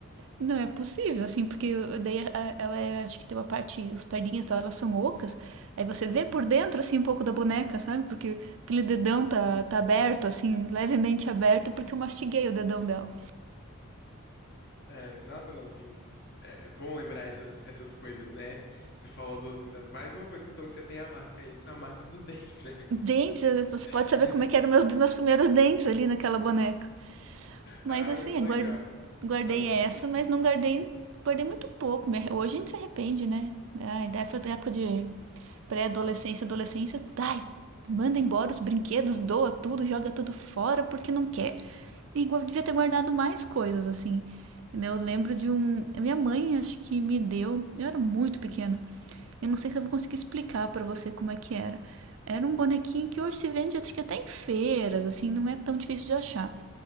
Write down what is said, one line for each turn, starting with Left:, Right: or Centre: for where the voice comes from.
Right: Não é possível, assim, porque eu- daí a- ela é, acho que tem uma parte, os perninhas dela elas são ocas. Aí você vê por dentro, assim, um pouco da boneca, sabe? Porque aquele dedão tá, tá aberto, assim, levemente aberto, porque eu mastiguei o dedão dela.
Left: é, nossa, não, assim, é é bom lembrar essas, essas coisas, né? Você falou dos. Mais uma coisa, então, que você tem a marca aí, que são a marca dos dentes, né?
Right: Dentes, eh, você
Left: <laughs>
Right: pode saber como é que eram meus, meus primeiros dentes ali naquela boneca. Mas
Left: Ah,
Right: assim,
Left: muito legal.
Right: eu guardei
Left: Ah.
Right: essa, mas não guardei, guardei muito pouco. Hoje a gente se arrepende, né? Ai, da época da época de pré-adolescência, adolescência, ai, manda embora os brinquedos, doa tudo, joga tudo fora porque não quer. E devia ter guardado mais coisas, assim. né? Eu lembro de um. Minha mãe, acho que me deu. Eu era muito pequena. Eu não sei se eu vou conseguir explicar pra você como é que era. Era um bonequinho que hoje se vende, acho que até em feiras, assim, não é tão difícil de achar.